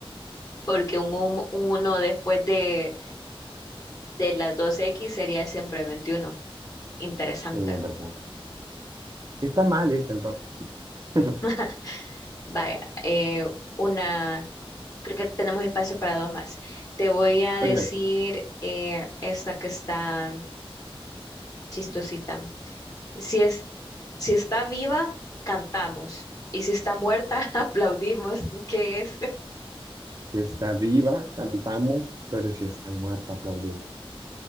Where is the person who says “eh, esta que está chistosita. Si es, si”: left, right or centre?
Left